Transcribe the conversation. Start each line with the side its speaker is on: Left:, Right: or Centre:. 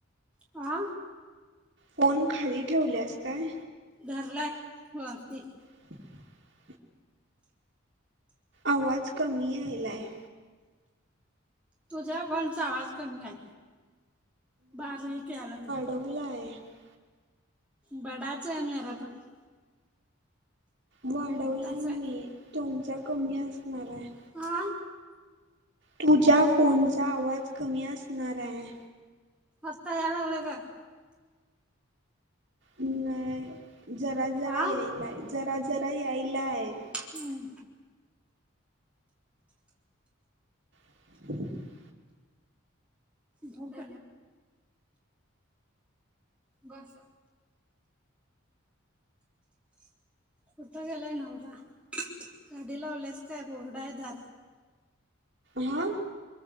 Centre: आ?
Right: फोन खाली ठेवल्यास काय?
Centre: धरलाय वरती
Right: <inaudible> आवाज कमी यायलाय.
Centre: तुझ्या फोनचा आवाज कमी आहे, बारीक याय लागलाय.
Right: वलाय <unintelligible>
Centre: बडाच मरा पण <unintelligible>
Right: वाढवलाय
Centre: मोठाच
Right: मी
Centre: आहे.
Right: तुमचा कमी असणार आहे.
Centre: हा
Right: तुझ्या फोनचा आवाज कमी असणार आहे.
Centre: आता यालागलाय गं
Right: नाही जरा जरा
Centre: हा
Right: यायलाय, जरा जरा यायला आहे.
Centre: हम्म.
Right: ह <inaudible>
Centre: झोप बस कुठं गेलाय नवरा? गाडी लावल्यास का उघड आहे दार
Right: हां